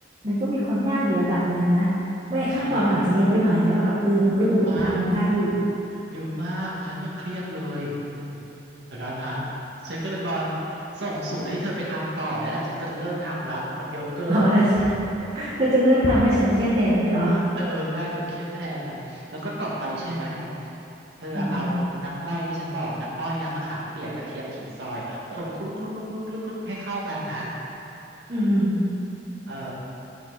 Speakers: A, on the right; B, on the right.
A: มันก็มีความยากอยู่ระดับหนึ่งนะ ไม่ขั้นตอนมันอาจจะเยอะไปหน่อย
B: ใช่ยาก
A: แต่ว่าแบบเออมันก็ดูทำได้อยู่
B: เยอะมากเยอะมากฉันยังเครียดเลยอืมแต่แล้วนะ <laughs> ฉันก็เลยมาส่งสูตรให้เธอไปทำต่อนั่นแหละฉันก็จะเลิกทำแล้วมันเยอะเกิน
A: อ๋อเธอเธอจะเลิกทำให้ฉันเครียดแทนงี้เหรอ
B: เออใช่เธอเครียดแทนนะแล้วก็ต่อไปใช่ไหมเธอเอาน้ำอ้อยที่ฉันบอกน้ำอ้อยน้ำมะขามเปียกกระเทียมขิงซอยคนคลุกๆๆๆๆๆให้เข้ากันนะ
A: อืมอืมอืม
B: เออ